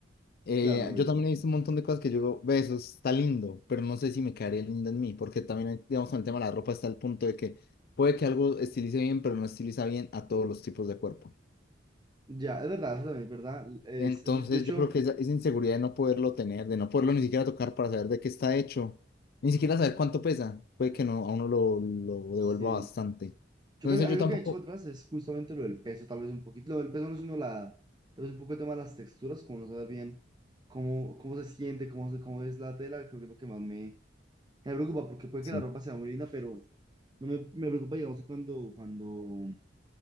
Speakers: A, on the left (about 55°); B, on the right (about 25°).
A: Eh,
B: Claro, obvio.
A: yo también he visto un montón de cosas que yo digo, ve, eso está lindo, pero no sé si me quedaría lindo en mí, porque también, hay- digamos, con el tema de la ropa está el punto de que puede que algo estilice bien, pero no estiliza bien a todos los tipos de cuerpo.
B: Ya, es verdad, eso también es verdad. Es,
A: Entonces,
B: es- de hecho,
A: yo creo que esa, esa inseguridad de no poderlo tener, de no poderlo ni siquiera tocar para saber de qué está hecho, ni siquiera saber cuánto pesa, puede que no, a uno lo, lo devuelva
B: sí.
A: bastante.
B: Yo
A: Entonces,
B: creo, a mí
A: yo
B: lo
A: tampoco,
B: que he hecho para atrás es justamente lo del peso, tal vez un poquito. Lo del peso no es uno la, tal vez un poco el tema de las texturas, como no saber bien cómo, cómo se siente, cómo, se- cómo es la tela, creo que es lo que más me, me preocupa, porque puede
A: sí.
B: que la ropa sea muy linda, pero no me, me preocupa, digamos, cuando, cuando,